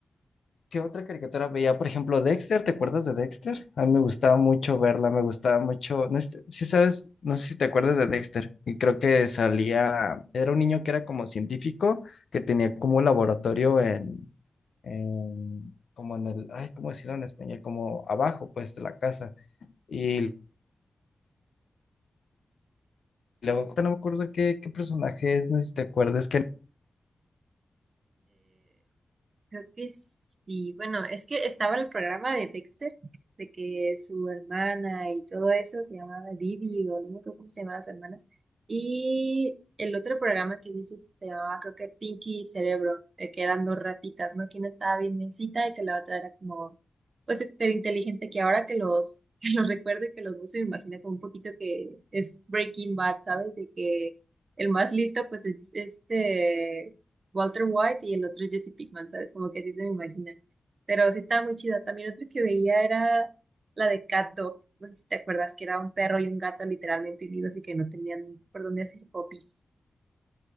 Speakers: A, on the left; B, on the right.
A: ¿Qué otra caricatura veía? Por ejemplo, Dexter, ¿te acuerdas de Dexter? A mí me gustaba mucho verla, me gustaba mucho, no sé si sabes, no sé si te acuerdas de Dexter, y creo que salía, era un niño que era como científico, que tenía como un laboratorio en, en- como en el, ay, ¿cómo decirlo en español? Como abajo, pues, de la casa, y luego, no me acuerdo qué, qué personaje es, no sé si te acuerdas, que
B: Creo que sí. Bueno, es que estaba en el programa de Dexter, de que su hermana y todo eso se llamaba Didi, o no me acuerdo cómo se llamaba su hermana. Y el otro programa que dices se llamaba, creo que Pinky y Cerebro, eh, que eran dos ratitas, ¿no? Que una estaba bien necesita y que la otra era como, pues, súper inteligente, que ahora que los, <laughs> que los recuerdo y que los uso, me imagino como un poquito que es Breaking Bad, ¿sabes? De que el más listo, pues, es este Walter White y el otro es Jesse Pinkman, ¿sabes? Como que así se me imaginan. Pero sí estaba muy chida. También otra que veía era la de Cat Dog. No sé si te acuerdas que era un perro y un gato literalmente unidos y que no tenían por dónde hacer popis.